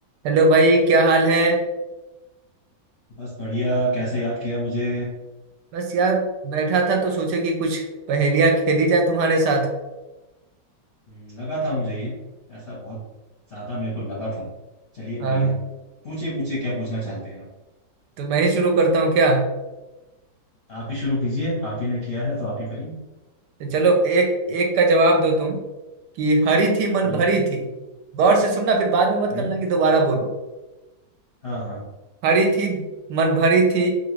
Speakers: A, on the right (about 75°); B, on the left (about 45°).
A: Hello भाई क्या हाल है
B: बस बढ़िया कैसे याद किया मुझे
A: बस यार बैठा था तो सोचे कि कुछ पहेलियां खेली जाए तुम्हारे साथ
B: हम्म, लगा था मुझे ये ऐसा बहुत ज्यादा मेरे को लगा था चलिए बढ़िया
A: हाँ
B: पूछिए पूछिए क्या पूछना चाहते हैं आप
A: तो मैं ही शुरू करता हूँ क्या
B: आप ही शुरू कीजिए आप ही ने किया है तो आप ही करिए
A: तो चलो एक एक का जवाब दो तुम कि हरी थी मन
B: हम्म
A: भरी थी गौर से सुनना फिर बाद में मत
B: हम्म
A: करना कि दोबारा बोलो
B: हाँ हाँ
A: हरी थी मन भरी थी